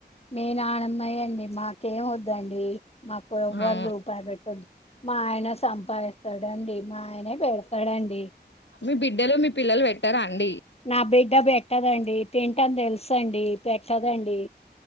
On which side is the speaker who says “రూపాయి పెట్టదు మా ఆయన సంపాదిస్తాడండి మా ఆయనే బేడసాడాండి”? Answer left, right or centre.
Left